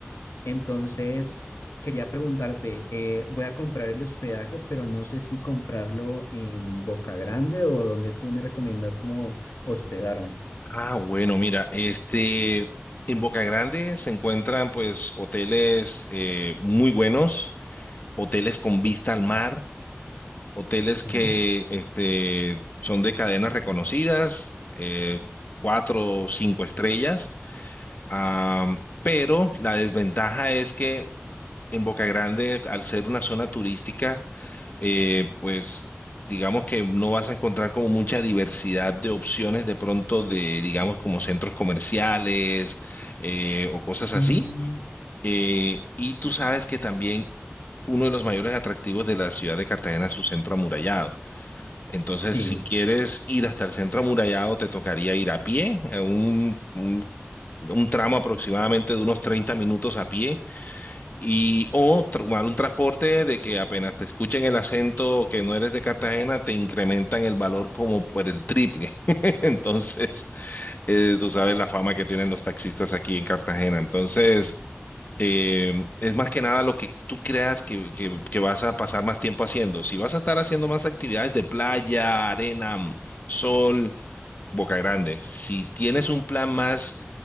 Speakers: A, on the left; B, on the left.
A: Entonces, quería preguntarte, eh, voy a comprar el hospedaje, pero no sé si comprarlo en Boca Grande o donde tú me recomiendas como hospedarme.
B: Ah, bueno, mira, este, en Boca Grande se encuentran pues hoteles eh, muy buenos, hoteles con vista al mar, hoteles
A: Sí.
B: que este, son de cadenas reconocidas, eh, cuatro o cinco estrellas, Am, pero la desventaja es que en Boca Grande, al ser una zona turística, eh, pues digamos que no vas a encontrar como mucha diversidad de opciones de pronto de, digamos, como centros comerciales eh, o cosas así.
A: Mm,
B: Eh, y tú sabes que también uno de los mayores atractivos de la ciudad de Cartagena es su centro amurallado. Entonces,
A: Sí,
B: si quieres ir hasta el centro amurallado, te tocaría ir a pie, a un, un un tramo aproximadamente de unos 30 minutos a pie y o tomar un transporte de que apenas te escuchen el acento que no eres de Cartagena, te incrementan el valor como por el triple. <laughs> Entonces, eh, tú sabes la fama que tienen los taxistas aquí en Cartagena. Entonces, eh, es más que nada lo que tú creas que, que, que vas a pasar más tiempo haciendo. Si vas a estar haciendo más actividades de playa, arena, sol, Boca Grande. Si tienes un plan más